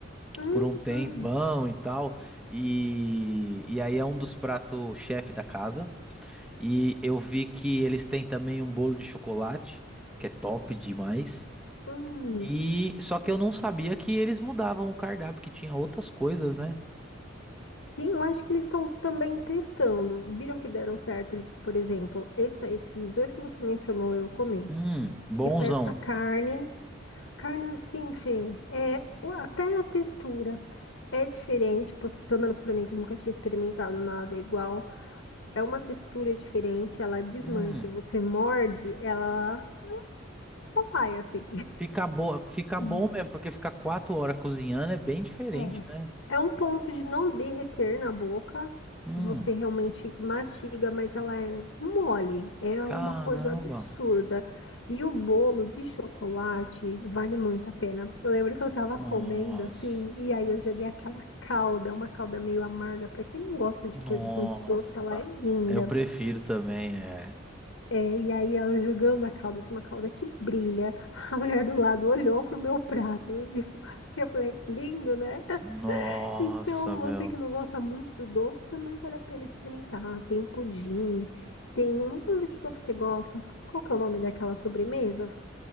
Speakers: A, on the left (about 75°); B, in the centre.
A: Uhum,
B: por um tempão e tal. E, e aí é um dos pratos chefe da casa. E eu vi que eles têm também um bolo de chocolate, que é top demais.
A: uhum.
B: E só que eu não sabia que eles mudavam o cardápio, que tinha outras coisas, né?
A: Sim, eu acho que eles estão também testando. Viram que deram certo eles, por exemplo, essa- esses dois que você mencionou eu comi,
B: Hum, bonzão.
A: que foi essa carne. Carne assim, Fê, é o- até a textura é diferente, porque pelo menos pra mim que eu nunca tinha experimentado nada igual. É uma textura diferente, ela desmancha.
B: Hum,
A: Você morde, ela só vai assim.
B: fica boa, fica
A: <laughs>
B: bom mesmo, porque ficar quatro horas cozinhando é bem diferente,
A: É.
B: né?
A: É um ponto de não derreter na boca.
B: Hum,
A: Você realmente mastiga, mas ela é mole. É
B: caramba.
A: uma coisa absurda. E o bolo de chocolate vale muito a pena. Eu lembro que eu tava
B: Nossa.
A: comendo assim, e aí eu joguei aquela calda, é uma calda meio amarga. Pra quem não gosta de
B: Nossa.
A: coisas muito doces, ela é linda.
B: Eu prefiro também, é.
A: É, e aí ela jogando a calda, assim, uma calda que brilha. A mulher do lado olhou pro meu prato <laughs> e ficou assim, eu falei, lindo, né?
B: Nossa,
A: Então,
B: meu.
A: você que não gosta muito do doce, também vale a pena experimentar. Tem pudim, tem um, vamos ver se for que você gosta. Qual que é o nome daquela sobremesa?